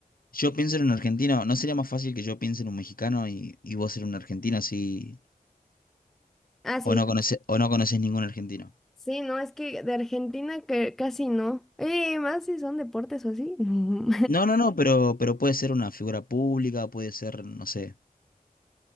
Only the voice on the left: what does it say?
Yo pienso en un argentino. ¿No sería más fácil que yo piense en un mexicano y, y vos en un argentino así...
O no conoces, o no conoces ningún argentino?
No, no, no, pero, pero puede ser una figura pública, puede ser, no sé.